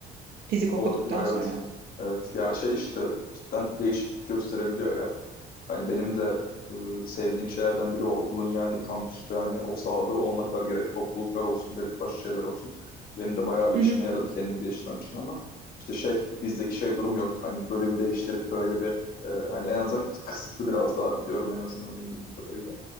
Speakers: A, on the right (about 65°); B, on the left (about 60°).
A: fizik
B: olabiliyor
A: okuduktan sonra.
B: evet. Evet ya şey işte cidden değişiklik gösterebiliyor ya. Hani benim de e, sevdiğim şeylerden biri o okulun yani kampüs ve hani o sahada olanaklar gerek topluluklar olsun gerek başka şeyler olsun. Benim de bayağı bir
A: Hı
B: işime
A: hı,
B: yaradı kendimi geliştirmem için ama işte şey bizdeki şey durum yok. Hani bölüm değiştirip böyle bir e, hani en azından kısıtlı biraz daha biliyorum en azından benim bildiğim kadarıyla.